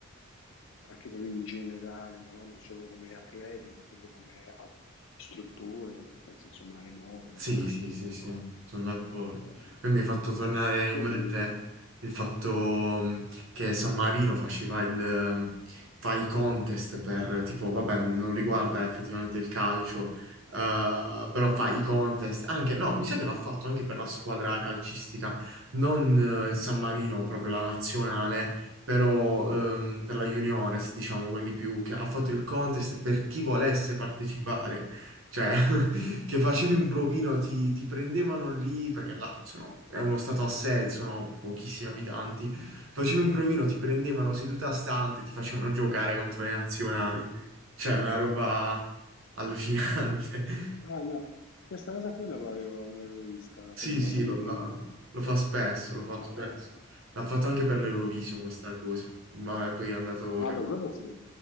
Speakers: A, on the left; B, on the right.
A: anche proprio in generale, no? Non solo come atleti, ma proprio come a- strutture, se pensi insomma alle moto, alle
B: Sì,
A: macchine,
B: sì, sì, sì,
A: no?
B: sono d'accordo.
A: Eh, eh,
B: Poi mi hai fatto tornare in
A: quindi,
B: mente il fatto mh, che San Marino faceva il, mh, fa i contest per, tipo, vabbè, non riguarda effettivamente il calcio, eh, però fa i contest, anche, no, mi sa che l'ha fatto anche per la squadra calcistica, non eh, il San Marino, proprio la nazionale, però ehm, per la juniores, diciamo, quelli più, che ha fatto il contest per chi volesse partecipare. Cioè, che facevi un provino, ti, ti prendevano lì, perché là sono- è uno stato a sé, sono pochissimi abitanti, facevi un provino, ti prendevano seduta stante, ti facevano giocare contro le nazionali. Cioè, una roba allucinante. <laughs>
A: ah no, questa cosa qui non l'avevo non l'avevo vista,
B: Sì,
A: proprio
B: sì,
A: ma San
B: lo
A: Marino,
B: fa, lo fa spesso, lo fa
A: cioè,
B: spesso.
A: eh,
B: L'ha fatto anche per l'Eurovision questa cosa. Vabbè, poi è andato...
A: ah, beh, quello sì,